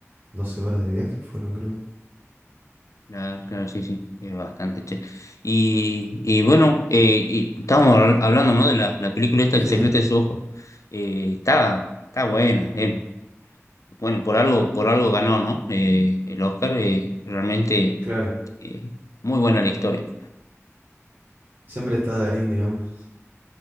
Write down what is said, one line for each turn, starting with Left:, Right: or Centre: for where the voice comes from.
Right: 12 horas de viaje, fueron, creo.
Left: Claro, claro, sí, sí, es bastante, che. Y, y bueno, eh, y estábamos habl- hablando, ¿no? De la, la película esta,
Right: Sí,
Left: El secreto de su ojo. Eh, está, está buena, eh. Bueno, por algo, por algo ganó, ¿no? Eh, el Oscar, eh, realmente
Right: claro.
Left: eh, muy buena la historia.
Right: Siempre está Darín, digamos,